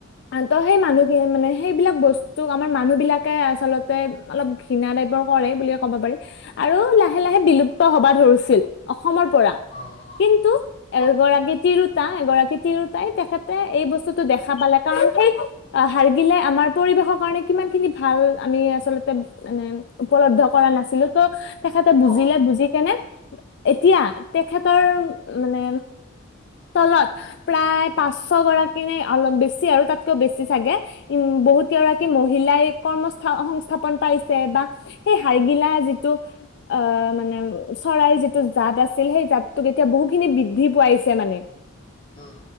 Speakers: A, on the left; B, on the left.
A: ত' সেই মানুহখিন মানে, সেইবিলাক বস্তুক আমাৰ মানুহ বিলাকে আচলতে অলপ ঘৃণা টাইপৰ কৰে বুলিয়ে ক'ব পাৰি। আৰু লাহে-লাহে বিলুপ্ত হবা ধৰিছিল অসমৰ পৰা।
B: অ', অ',
A: কিন্তু,
B: একদম
A: এগৰাকী তিৰোতা এগৰাকী তিৰোতাই তেখেতে এই বস্তুটো দেখা পালে। কা কাৰণ সেই হাৰ্গি গিলে আমাৰ পৰিৱেশৰ কাৰণে কিমান খিনি ভাল আমি আচলতে মানে উপলব্ধ কৰা নাছিলো। ত' তেখেতে বুজিলে
B: অ',
A: বুজি কেনে এতিয়া তেখেতৰ মানে, তলত প্ৰায় পাঁচশ গৰাকী নে, অলপ বেছি আৰু তাতকেও বেছি চাগে। উম, বহুত কেইগৰাকী মহিলাই কৰ্মস্থ-সংস্থাপন পাইছে বা সেই হাৰ্গিলা যিটো অ' মানে চৰাইৰ যিটো জাত আছিল সেই জাতটোক এতিয়া বহুখিনি বৃদ্ধি পোৱাইছে। মানে,
B: উম,